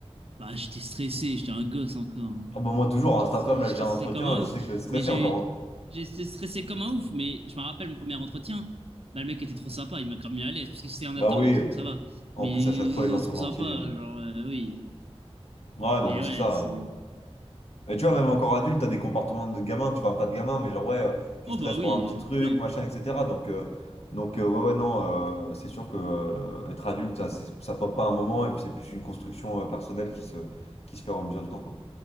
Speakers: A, on the right; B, on the left.
A: bah, j'étais stressé, j'étais un gosse encore. hein.
B: Ah bah moi toujours,
A: J'étais
B: hein, cet après-midi,
A: stressé,
B: là,
A: j'étais
B: j'ai un
A: stressé
B: entretien,
A: comme un
B: je
A: ouf.
B: sais que je vais être stressé
A: Mais j'ai
B: encore.
A: eu-
B: hein.
A: j'étais stressé comme un ouf, mais je me rappelle mon premier entretien, bah, le mec était trop sympa, il m'a grave mis à l'aise, parce que c'était en
B: Bah
A: alternance,
B: oui,
A: donc ça va.
B: en
A: Mais
B: plus
A: il
B: à chaque fois, les gens
A: est
B: sont
A: trop
B: gentils.
A: sympa,
B: euh.
A: genre, euh, oui.
B: Ouais, non
A: Mais
B: mais
A: ouais,
B: c'est ça.
A: c'est...
B: euh. Mais tu vois, même encore adulte, t'as des comportements de gamin, tu enfin pas de gamin, mais genre ouais, euh, tu
A: Oh
B: stresses
A: bah oui,
B: pour un petit
A: euh,
B: truc,
A: plein.
B: machin, etc. Donc, euh, donc euh, ouais, ouais, non, euh, c'est sûr que euh, être adulte, ça, c'est- ça pop pas un moment, et puis c'est plus une construction euh, personnelle qui se, qui se fait au mesure du temps, quoi.